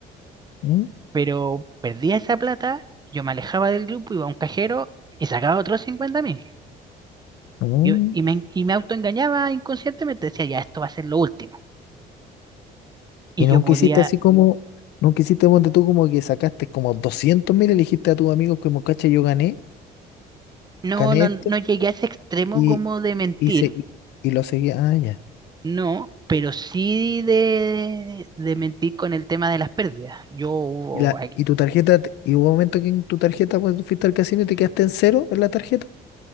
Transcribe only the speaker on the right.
Pero perdía esa plata, yo me alejaba del grupo, iba a un cajero y sacaba otros cincuenta mil.
Y, y me, y me autoengañaba inconscientemente, decía, ya esto va a ser lo último. Y
yo podía
No,
no,
no llegué a ese extremo
como de mentir,
no, pero sí de, de mentir con el tema de las pérdidas. Yo hubo,
ay,